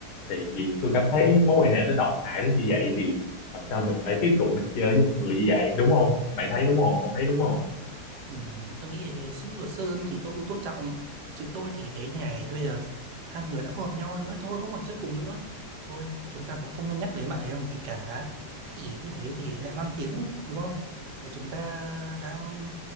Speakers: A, on the left; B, on the right.
A: thì tôi cảm thấy mối quan hệ nó độc hại đến như vậy thì làm sao mình phải tiếp tục mình chơi với một người như vậy đúng không bạn thấy đúng không ông thấy đúng không
B: Ừm, tôi nghĩ là suy nghĩ của Sơn thì tôi cũng tôn trọng chứ tôi thì thấy như này thế bây giờ hai người đã không hợp nhau nữa thôi không còn chơi cùng nữa thôi chúng ta cũng không nên nhắc đến bạn ấy làm gì cả thì như thế thì lại mang tiếng đúng không là chúng ta đang